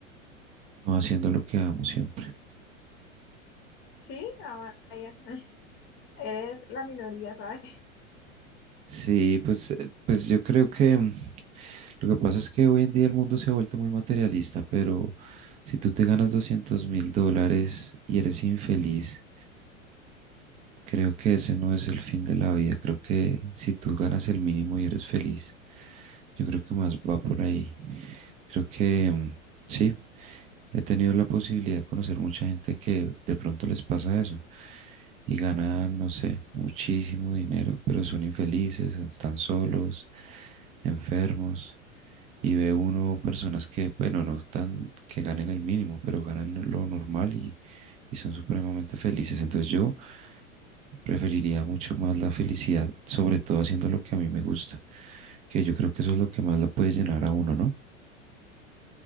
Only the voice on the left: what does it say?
Sí, ah, vaya. <laughs> Eres la minoría, ¿sabes?